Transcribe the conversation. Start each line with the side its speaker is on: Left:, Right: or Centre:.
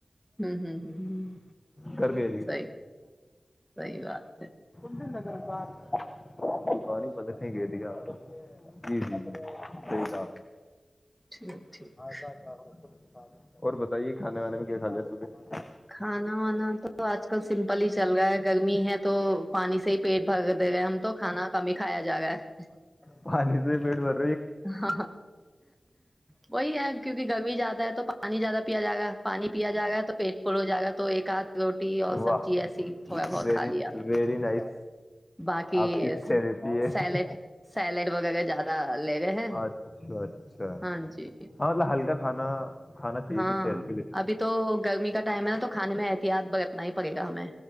Centre: ہوں ہ ہ ہ
Left: کر گئے تھی
Centre: سی سی بات ہے
Left: ب پار <inaudible> دکان ہی بندیں گئے دیا جی جی جی <unintelligible> ٹھیک ہے
Centre: ٹھیک ٹھیک
Left: <inaudible> اور بتائیے کہ سنے میںے میں گ کا لیا سب <unintelligible>
Centre: کھانا وانا تو آج کل سمپل ہی چل رہا ہے گرمی ہے تو پانی سے ہی پیٹ بھر دے گئے ہم تو کھانا کم ہی کھایا جا رہا ہے
Left: پانی سے پیٹ ب <unintelligible>
Centre: ہ وہی ہے کیونکہ گرمی زیادہ ہے تو پانی زیادہ پیا ج جائے گا پانی پیا جائے گا تو پیٹ فل ہو جائے گا تو ایک ہاتھ روٹی اور
Left: واہ
Centre: سبزی ایسی تھوڑا بہت
Left: ویری
Centre: کھا لیا
Left: ویری نائس
Centre: باقی
Left: آپ کسریپی ہے
Centre: سیلیڈ سیلیڈ وغیرہ زیادہ لے رہے ہیں
Left: اچھا اچھا
Centre: ہاں جی
Left: ہاں مط ہلکا کھانا کانا چاہیے
Centre: ہاں
Left: بھی صح
Centre: ابھی تو گرمی کا ٹائم ہے نا تو کھانے میں احتیاط برتنا ہی پڑے گا ہمیں